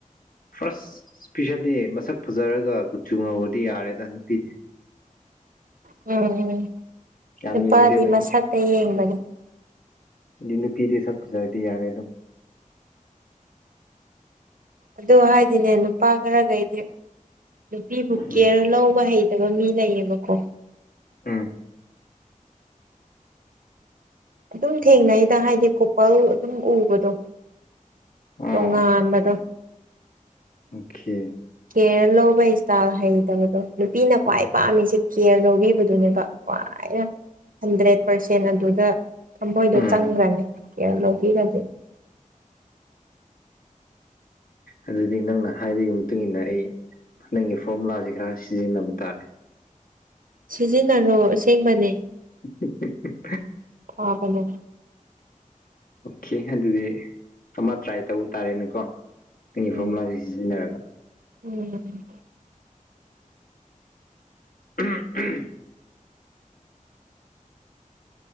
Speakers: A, on the left; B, on the right.
A: ꯐꯥꯔꯁ ꯏꯁꯄꯤꯁꯦꯜꯂꯤ ꯃꯁꯛ ꯐꯖꯔꯒ ꯀꯨꯆꯨ ꯉꯧꯕꯗꯤ ꯌꯥꯔꯦꯗ ꯅꯨꯄꯤꯗꯤ <inaudible>
B: ꯎꯝ
A: ꯌꯥꯝ
B: ꯅꯨꯄꯥꯗꯤ
A: ꯌꯦꯡꯗꯦꯕ
B: ꯃꯁꯛꯇ ꯌꯦꯡꯕꯅꯤ
A: ꯑꯗꯨꯗꯤ ꯅꯨꯄꯤꯗꯤ ꯁꯛꯄ ꯁꯗꯤ ꯌꯥꯔꯦ ꯑꯗꯨꯝ
B: ꯑꯗꯨ ꯍꯥꯏꯗꯤꯅꯦ ꯅꯨꯄꯥ ꯈꯔꯈꯩꯗꯤ ꯅꯨꯄꯤꯕꯨ
A: ꯎꯝ
B: ꯀꯦꯔ ꯂꯧꯕ ꯍꯩ ꯅꯠꯇꯕ ꯃꯤ ꯂꯩꯌꯦꯕꯀꯣ
A: ꯑꯥ
B: ꯑꯗꯨꯝ ꯊꯦꯡꯅꯩꯗ ꯍꯥꯏꯗꯤ ꯀꯣꯄꯜ ꯑꯗꯨꯝ ꯎꯕꯗꯣ
A: ꯑꯣ
B: ꯇꯣꯡꯉꯥ ꯑꯝꯕꯗꯣ
A: ꯑꯣꯀꯦ
B: ꯀꯦꯌꯔ ꯂꯧꯕ ꯏꯁꯇꯥꯏꯜ ꯍꯩꯇꯕꯗꯣ ꯅꯨꯄꯤꯅ ꯈ꯭ꯋꯥꯏ ꯄꯥꯝꯃꯤꯁꯦ ꯀꯦꯌꯔ ꯂꯧꯕꯤꯕꯗꯨꯅꯦꯕ ꯀꯣ ꯍꯟꯗ꯭ꯔꯦꯠ ꯄꯥꯔꯁꯦꯟ ꯑꯗꯨꯗ ꯊꯃꯣꯏꯗꯣ
A: ꯎꯝ
B: ꯆꯪꯈ꯭ꯔꯅꯤ ꯀꯤꯌꯔ ꯂꯧꯕꯤꯔꯒꯦ
A: ꯑꯗꯨꯗꯤ ꯅꯪꯅ ꯍꯥꯏꯕꯒꯤ ꯃꯇꯨꯡ ꯃꯇꯨꯡꯏꯟꯅ ꯑꯩ ꯅꯪꯒꯤ ꯐꯣꯔꯃꯨꯂꯥꯥꯁꯦ ꯈꯔ ꯁꯤꯖꯤꯟꯅꯕ ꯇꯥꯔꯦ
B: ꯁꯤꯖꯤꯟꯅꯔꯣ ꯑꯁꯦꯡꯕꯅꯦ
A: ꯎ ꯎ ꯎ
B: ꯑ ꯐꯅꯦ
A: ꯑꯣꯀꯦ ꯑꯗꯨꯗꯤ ꯑꯃ ꯇ꯭ꯔꯥꯏ ꯇꯧꯕ ꯇꯥꯔꯦꯅꯦꯀꯣ ꯇꯨꯡꯒꯤ
B: ꯎꯝ
A: ꯐ꯭ꯔꯣꯝꯂꯥꯁꯦ ꯁꯤꯖꯤꯟꯅꯔꯒ
B: ꯎꯝ
A: ꯎꯝ ꯎ